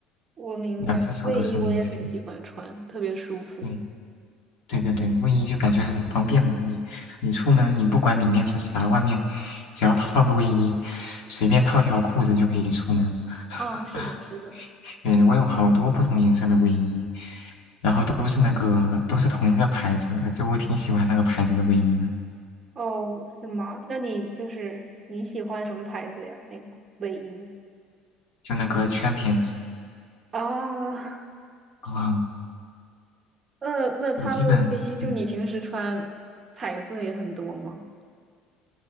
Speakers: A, on the right (about 25°); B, on the left (about 60°).
A: 我明白，
B: 两只手都伸进去。
A: 卫衣我也很喜欢穿，特别舒服。
B: 对。对对对，卫衣就感觉很方便了。你你出门，你不管里面是啥，外面只要套个卫衣，随便套条裤子就可以出门。<laughs>
A: 哦，是的，是的。
B: 对，我有好多不同颜色的卫衣，然后都是那个都是同一个牌子的，就我挺喜欢那个牌子的卫衣的，
A: 哦，是吗？那你就是你喜欢什么牌子呀？那个卫衣
B: 就那个 Champions
A: 啊，
B: 啊、
A: 呃，那他们的卫衣，
B: 我基本嗯
A: 就你平时穿彩色也很多吗？